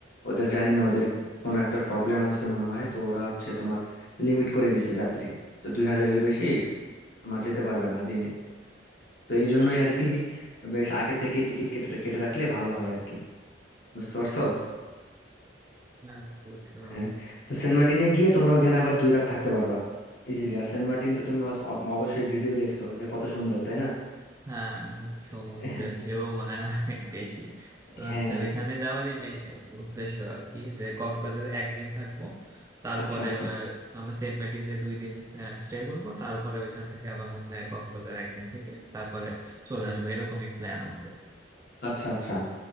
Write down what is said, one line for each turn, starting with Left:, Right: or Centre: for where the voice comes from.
Left: ওদের জানি না ওদের কোনো একটা প্রবলেম হয়েছে মনে হয় তো ওরা হচ্ছে তোমার লিমিট করে দিছে যাত্রী তো দুই হাজারের বেশি তোমার যেতে পারবে না দিনে তো এই জন্যই আর কি বেশ আগে থেকে টিকিট কেটে কেটে রাখলে ভালো হয় আর কি বুঝতে পারছো
Right: হ্যাঁ বলছিলাম
Left: হ্যাঁ তো সেন্ট মার্টিনে গিয়ে তোমরা ওইখানে আবার দুই রাত থাকতে পারবা ইজিলি আর সেন্ট মার্টিন তো তুমি হয়তো- অ- অবশ্যই ভিডিও দেখছো যে কত সুন্দর তাই না
Right: হ্যাঁ সমুদ্রের
Left: <laughs>
Right: ঢেউ মনে হয় অনেক বেশি তো
Left: হ্যাঁ
Right: হচ্ছে ওইখানে যাওয়ারই main উদ্দেশ্য আর কি যে কক্সবাজারে একদিন থাকবো তারপরে
Left: আচ্ছা আচ্ছা
Right: আহ, আমরা সেন্ট মার্টিনে দুই দিন স্টে করবো তারপরে ওইখান থেকে আবার মনে হয় কক্সবাজার একদিন থেকে তারপরে চলে আসবো এরকমই প্ল্যান আমাদের
Left: আচ্ছা আচ্ছা